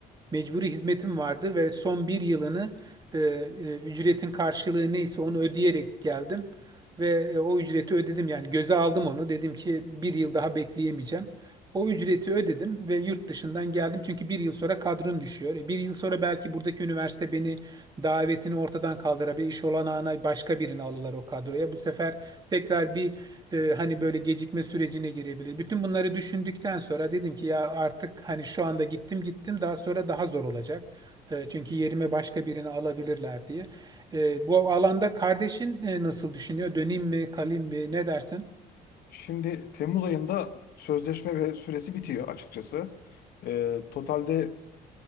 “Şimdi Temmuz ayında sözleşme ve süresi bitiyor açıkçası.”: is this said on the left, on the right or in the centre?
Left